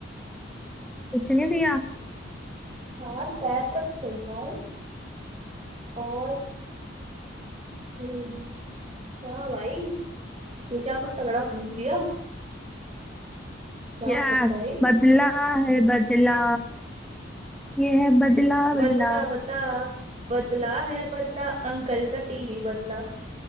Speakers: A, in the centre; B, on the right.
A: कुछ नहीं दिया
B: चार पैर पर चलता हूँ और हम्म, क्या भाई ये क्या कुछ तगड़ा पूछ दिया क्या
A: यस
B: हो सकता है ये?
A: बदला है बदला ये है बदला बदला
B: बदला बदला बदला है बदला अंकल का टीवी बदला